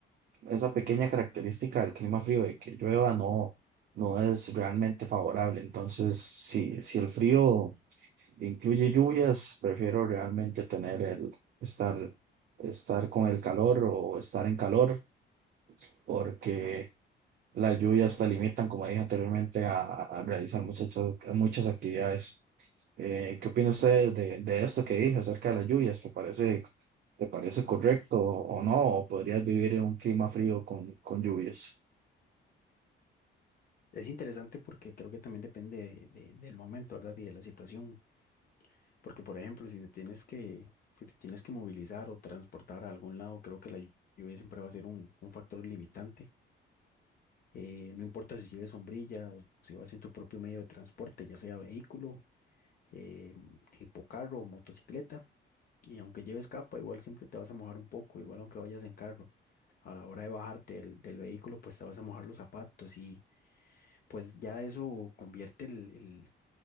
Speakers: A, on the right; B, on the left.
A: esa pequeña característica del clima frío de que llueva no, no es realmente favorable. Entonces, si, si el frío incluye lluvias, prefiero realmente tener el estar, estar con el calor o estar en calor, porque las lluvias te limitan, como dije anteriormente, a, a realizar muchas, muchas actividades. Eh, ¿qué opina usted de, de esto que dije acerca de las lluvias? ¿Te parece, te parece correcto o no? ¿O podrías vivir en un clima frío con, con lluvias?
B: Es interesante porque creo que también depende de- de- del momento, ¿verdad? Y de la situación. Porque, por ejemplo, si te tienes que, si te tienes que movilizar o transportar a algún lado, creo que la lluvia siempre va a ser un, un factor limitante. Eh, no importa si lleves sombrilla o si vas en tu propio medio de transporte, ya sea vehículo eh, tipo carro o motocicleta. Y aunque lleves capa, igual siempre te vas a mojar un poco, igual aunque vayas en carro. A la hora de bajarte del, del vehículo, pues te vas a mojar los zapatos y pues ya eso convierte el, el-